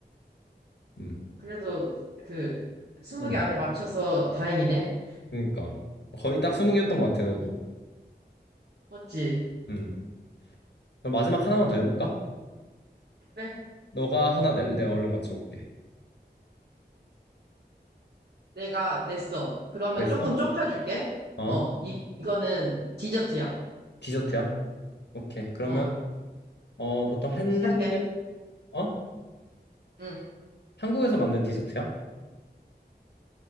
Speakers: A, on the left; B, on the right.
A: 음,
B: 그래도 그, 스무
A: 음.
B: 개 안에 맞춰서 다행이네.
A: 그러니까 거의 딱 20개였던 것 같아, 너도.
B: 맞지?
A: 음. 그럼 마지막 하나만 더 해볼까?
B: 그래.
A: 너가 하나 낼래? 내가 얼른 맞춰볼게.
B: 내가 냈어. 그러면
A: 됐어?
B: 조금 좁혀줄게.
A: 어?
B: 어, 이, 이거는 디저트야.
A: 디저트야? 오케이. 그러면
B: 어,
A: 어, 보통 한국에,
B: 시작해.
A: 어?
B: 응,
A: 한국에서 만든 디저트야?